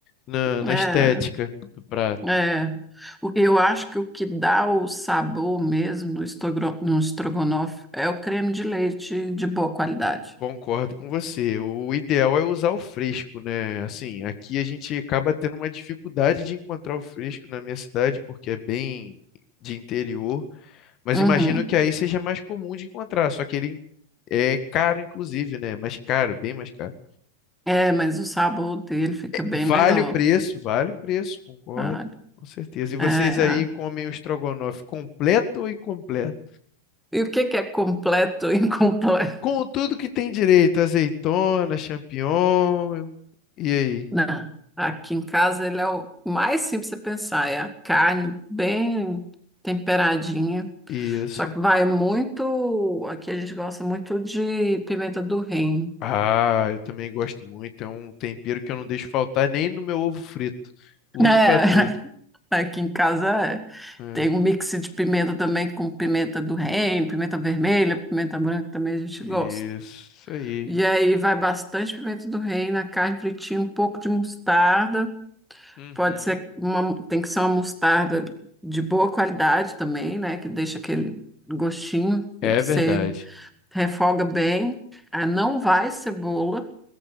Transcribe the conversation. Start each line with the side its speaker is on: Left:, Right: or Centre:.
Left: na,
Centre: É.
Left: na estética do prato.
Centre: É, o- eu acho que o que dá o sabor mesmo no, estogro- no estrogonofe é o creme de leite de boa qualidade.
Left: Concordo com você. O ideal é usar o fresco, né? Assim, aqui a gente acaba tendo uma dificuldade de encontrar o fresco na minha cidade porque é bem de interior. Mas
Centre: Uhum.
Left: imagino que aí seja mais comum de encontrar, só que ele é caro, inclusive, né? Mais caro, bem mais caro.
Centre: É, mas o sabor dele fica bem
Left: Vale
Centre: melhor.
Left: o preço, vale o preço, concordo,
Centre: sabe?
Left: com certeza. E vocês
Centre: É.
Left: aí comem o estrogonofe completo ou incompleto?
Centre: E o que que é completo e <laughs> incompleto?
Left: Com tudo que tem direito, azeitona, champignon, e aí?
Centre: Não. Aqui em casa ele é o mais simples de pensar, é a carne bem temperadinha.
Left: Isso.
Centre: Só que vai muito, aqui a gente gosta muito de pimenta do reino.
Left: Ah, eu também gosto muito, é um tempero que eu não deixo faltar nem no meu ovo frito. Uso
Centre: É,
Left: para tudo.
Centre: <laughs> aqui em casa é.
Left: É,
Centre: Tem um mix de pimenta também com pimenta do reino, pimenta vermelha, pimenta branca também a gente
Left: Isso
Centre: gosta.
Left: aí.
Centre: E aí vai bastante pimenta do reino, a carne fritinha, um pouco de mostarda.
Left: Uhum.
Centre: Pode ser uma, tem que ser uma mostarda de boa qualidade também, né? Que deixa aquele gostinho, você
Left: É verdade.
Centre: refoga bem. Ah, não vai cebola.